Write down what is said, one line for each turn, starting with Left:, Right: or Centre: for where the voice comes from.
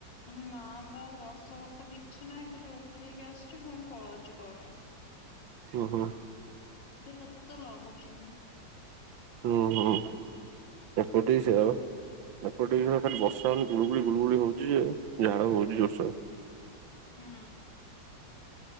Left: ନା ବା ବର୍ଷା ଫର୍ଶା କିଛି ନାହିଁ ଖାଲି ଉଠେଇକି ଆସିଛି ପୁଣି ପଳଉଛି କୁଆଡେ?
Right: ଉଁ ହୁଁ।
Left: ବିରକ୍ତ ଲାଗୁଛି।
Right: ହୁଁ, ହୁଁ। ଏପଟେ ବି ସେଇଆ ବା। ଏପଟେ ବି ଖାଲି ବର୍ଷା ହେଉନି ଗୁଳୁଗୁଳି, ଗୁଳୁଗୁଳି ହଉଛି ଯେ ଝାଳ ହଉଛି ଜୋରସେ।
Left: ହୁଁ।